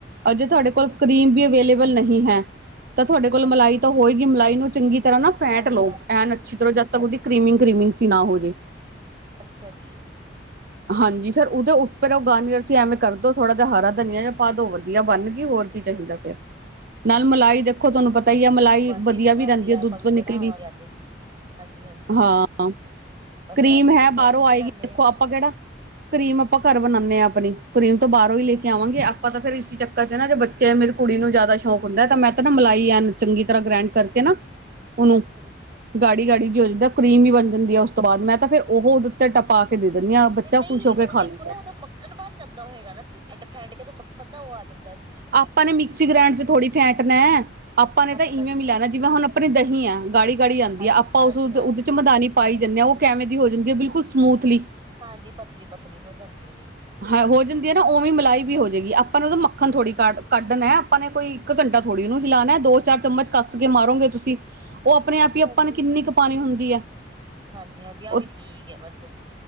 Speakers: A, on the right (about 55°); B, on the right (about 25°).
A: ਅਜੇ ਤੁਹਾਡੇ
B: ਹਾਂਜੀ
A: ਕੋਲ
B: ਹਾਂਜੀ
A: ਕਰੀਮ ਵੀ ਅਵੇਲੇਬਲ ਨਹੀਂ ਹੈ ਤਾਂ ਤੁਹਾਡੇ ਕੋਲ
B: ਅੱਛਾ
A: ਮਲਾਈ
B: ਜੀ ਅੱਛਾ
A: ਤਾਂ ਹੋਏਗੀ ਮਲਾਈ ਨੂੰ ਚੰਗੀ ਤਰ੍ਹਾਂ ਨਾ ਫੈਂਟ
B: ਹਾਂਜੀ
A: ਲਓ
B: ਹਾਂਜੀ
A: ਐਨ ਅੱਛੀ ਤਰ੍ਹਾਂ ਜਦ ਤਕ
B: ਅੱਛ
A: ਉਹਦੀ ਕ੍ਰੀਮਿੰਗ ਕੀਮਿੰਗ ਸੀ ਨਾ ਹੋਜੇ
B: ਅੱਛਾ ਜੀ
A: ਹਾਂਜੀ ਫਿਰ ਉਹਦੋਂ ਉੱਪਰ ਉਹ ਗਾਨੀਅਰ ਸੀ ਐਵੇਂ ਕਰ ਦੋ ਥੋੜ੍ਹਾ ਜਿਹਾ ਹਰਾ ਧਨੀਆ ਜਾਂ ਪਾ ਦੋ ਵਧ ਧੀਆ ਬਣ ਗੀ ਹੋਰ ਕੀ ਚਾਹੀਦਾ ਫੇਰ ਨਾਲ
B: ਅੱਛਾ
A: ਮਲਾਈ
B: ਜੀ
A: ਦੇਖੋ ਤੁਹਾਨੂੰ ਪਤਾ ਹੀ ਹੈ ਮਲਾਈ
B: ਬਸ ਜੀ
A: ਵਧੀਆ
B: ਫਿਰ ਰਾਤੀ
A: ਵੀ ਰਹਿੰਦੀ ਐ
B: ਆਪਾਂ
A: ਦੁੱਧ ਤੋਂ
B: ਬਣਾਵਾਂਗੇ
A: ਨਿਕਲੀ ਵੀ
B: ਅੱਜ ਹਾਂਜੀ ਹਾਂਜੀ
A: ਹਾਂ
B: ਬਸ
A: ਕਰੀਮ
B: ਰਾਤੀ
A: ਹੈ
B: ਦੇਖੋ
A: ਬਾਹਰੋਂ
B: ਅੱਜ ਬਣਾਉਦੇ
A: ਆਏਗੀ ਦੇਖੋ
B: ਹਾਂ
A: ਆਪਾਂ ਕਿਹੜਾ ਕਰੀਮ ਆਪਾਂ ਘਰ ਬਣਾਨੇ ਹਾਂ ਆਪਣੀ ਕਰੀਮ ਤੋਂ ਬਾਹਰੋਂ ਹੀ ਲੇ ਕੇ ਆਵਾਂਗੇ ਆਪਾਂ ਤੇ ਫਿਰ ਇਸੀ ਚੱਕ ਕਰ ਚ ਨਾ ਜੇ ਬੱਚੇ ਮੇਰੀ ਕੁੜੀ ਨੂੰ ਜ਼ਿਆਦਾ ਸ਼ੌਕ ਹੁੰਦਾ ਹੈ ਤਾਂ ਮੈਂ ਤਾਂ ਨਾ ਮਲਾਈ ਐਨ ਚੰਗੀ ਤਰ੍ਹਾਂ ਗ੍ਰੈਂਡ ਕਰਕੇ ਨਾ ਉਹਨੂੰ
B: ਅੱਛਾ ਜੀ ਅੱਛਾ
A: ਗਾੜੀ ਗਾੜੀ ਜੀ ਹੋ ਜਾਂਦਾ ਉਹ ਕਰੀਮ ਵੀ ਬਣ ਜਾਂਦੀ ਹੈ ਉਸ ਤੋਂ ਬਾਅਦ ਮੈਂ ਤਾਂ ਫਿਰ ਉਹੋ ਉਹਦੇ ਉੱਤੇ ਟਪਾ ਕੇ ਦੇ ਦਿੰਦੀ ਹਾਂ, ਬੱਚਾ
B: ਤੇ ਨਹੀਂ
A: ਖੁਸ਼ ਹੋ ਕੇ
B: ਉਹ ਦੇਖੋ
A: ਖਾਂ ਲੈਂਦਾ।
B: ਨਾ ਉਹਦਾ ਮੱਖਣ ਬਣ ਜਾਂਦਾ ਹੋਏਗਾ ਨਾ, ਤੁਸੀਂ ਫੈਡ ਫੈਂਡ ਕੇ ਤੋ ਮੱਖਣ ਦਾ ਉਹ ਆ ਜਾਂਦਾਂ ਐ।
A: ਆਪਾਂ ਨੇ ਮਿਕਸੀ ਗ੍ਰਾਇੰਡ 'ਚ ਥੋੜ੍ਹੀ ਫੈਟਨਾ ਐ। ਆਪਾਂ ਨੇ
B: ਹੱਥ
A: ਤਾਂ ਈਵੇ
B: ਨਾਲ ਹੀ
A: ਇਵੇ ਲੈਣਾ, ਜਿਵੇਂ ਹੁਣ ਆਪਣੀ ਦਹੀਂ ਆ ਗਾੜੀ ਗਾੜੀ ਆਂਦੀ
B: ਹਾਂ
A: ਐ, ਆਪਾਂ
B: ਹਾਂਜੀ
A: ਉਸ ਉਹਦੇ
B: ਹਾਂਜੀ
A: 'ਚ ਮਧਾਨੀ ਪਾਈ ਜਾਂਨੇ ਆ, ਉਹ ਕਿਵੇਂ ਦੀ ਹੋ ਜਾਂਦੀ ਹੈ ਬਿਲਕੁਲ ਸਮੂਥਲੀ।
B: ਹਾਂਜੀ, ਪਤਲੀ ਪਤਲੀ ਹੋ ਜਾਂਦੀ ਹੈ ਜੀ।
A: ਹਾਂ ਹੋ ਜਾਂਦੀ ਹੈ ਨਾ ਉਵੇਂ ਮਲਾਈ ਵੀ
B: ਹਾਂਜੀ
A: ਹੋ ਜਾਏਗੀ। ਆਪ ਆਪਾਂ ਨੂੰ ਉਹਦਾ ਮੱਖਣ ਥੋੜੀ ਕਢ ਕੱਢਣਾ, ਆਪਾਂ ਨੇ ਕੋਈ ਇੱਕ ਘੰਟਾ ਥੋੜ੍ਹੀ ਉਹਨੂੰ ਹਿਲਾਣੈ, ਦੋ-ਚਾਰ ਚਮਚ ਕੱਸ ਕੇ ਮਾਰੋਗੇ ਤੁਸੀਂ ਜੀ ਉਹ ਆਪਣੇ
B: ਹਾਂਜੀ
A: ਆਪ ਹੀ ਆਪਾਂ
B: ਹਾਂਜੀ
A: ਨੇ ਕਿੰਨੀ ਕੁ ਪਾਣੀ ਹੁੰਦੀ ਹੈ।
B: ਹਾਂਜੀ ਹਾਂਜੀ ਆਹ
A: ਉਹ
B: ਵੀ ਠੀਕ ਆ ਬਸ,